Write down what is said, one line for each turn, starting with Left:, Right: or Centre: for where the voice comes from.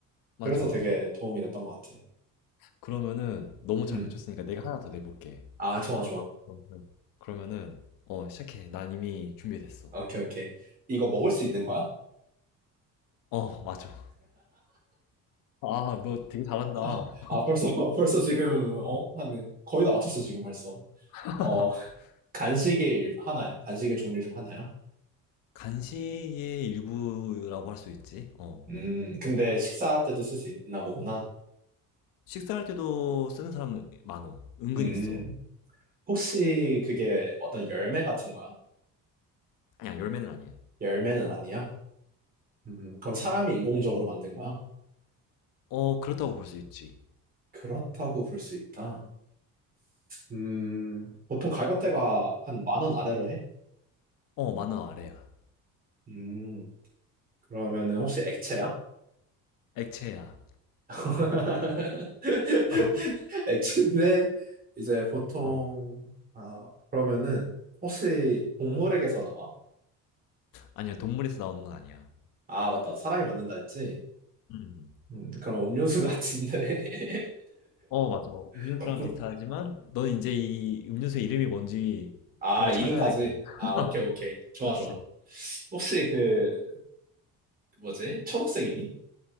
Left: 맞아.
Right: 그래서 되게 도움이 됐던 것 같아.
Left: 그러면은 너무
Right: 음,
Left: 잘 맞췄으니까 내가 하나 더 내볼게.
Right: 아, 좋아, 좋아.
Left: 그러면은, 그러면은, 어, 시작해. 난 이미 준비됐어.
Right: 오케이, 오케이. 이거 먹을 수 있는 거야?
Left: 어, 맞아. 아, 너 되게 잘한다.
Right: 아, 아, 벌써, <laughs> 벌써 지금,
Left: <laughs> 어.
Right: 어? 한, 거의 다 맞췄어, 지금 벌써.
Left: <laughs>
Right: 어, 간식의 일, 하나야? 간식의 종류 중 하나야?
Left: 간식의 일부라고 할 수 있지. 어.
Right: 음, 근데 식사할 때도 쓸 수 있나 보구나.
Left: 식사할 때도 쓰는 사람 많어. 은근
Right: 음,
Left: 있어.
Right: 혹시 그게 어떤 열매 같은 거야?
Left: 아니야, 열매는 아니야.
Right: 열매는 아니야? 음, 그럼 사람이 인공적으로 만든 거야?
Left: 어, 그렇다고 볼 수 있지.
Right: 그렇다고 볼 수 있다. 음, 보통 가격대가 한 만 원 아래로 해?
Left: 어, 만원 아래야.
Right: 음, 그러면은 혹시 액체야?
Left: 액체야.
Right: <laughs>
Left: <laughs>
Right: 액체인데 이제 보통
Left: 어.
Right: 아 그러면은 혹시 동물에게서 나와?
Left: 아니야, 동물에서 나오는 건 아니야.
Right: 아 맞다 사람이 만든다 했지.
Left: 음.
Right: 음 그럼 음료수 같은데.
Left: 어, 맞아. 음료수랑
Right: <laughs>
Left: 비슷하지만, 넌 이제 이 음료수 이름이 뭔지
Right: 아
Left: 그걸
Right: 이름까지.
Left: 찾아야 될 거야. <laughs>
Right: 아 오케이 오케이 좋아
Left: 그렇지.
Right: 좋아. 혹시 그 뭐지 초록색이니?